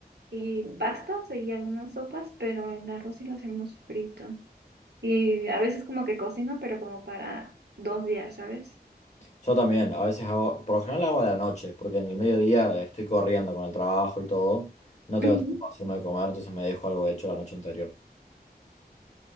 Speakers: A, on the right; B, on the left.
A: y pastas y algunas sopas, pero el arroz sí lo hacemos frito. Y a veces como que cocino, pero como para dos días, ¿sabes?
B: Yo también, a veces hago, por lo general hago a la noche, porque en el mediodía estoy corriendo con el trabajo y todo. No tengo
A: Ujú.
B: tiempo para hacerme de comer, entonces me dejo algo hecho la noche anterior.